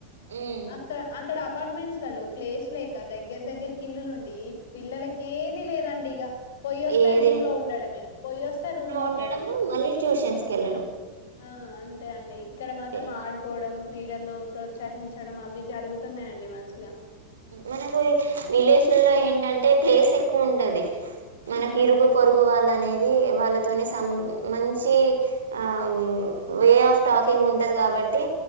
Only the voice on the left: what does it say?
అక్క అక్కడ అపార్ట్మెంట్స్ ఆలో ప్లేస్ లేక దగ్గరగ్గరకి ఇల్లులు ఉ ఈ పిల్లలకి ఏది లేదండి ఇగ పొయ్యిస్తే
రూమ్ లో ఉండడమే పొయ్యిస్తే రూమ్ లో
ఉండడమే
ఆ అంతే అండి ఇక్కడ
మాత్రం ఆడుకోవడం క్రీడల్లో ప్రోత్సహించడం అవి జరుగుతున్నాయండి మంచిగా
హ్మ్.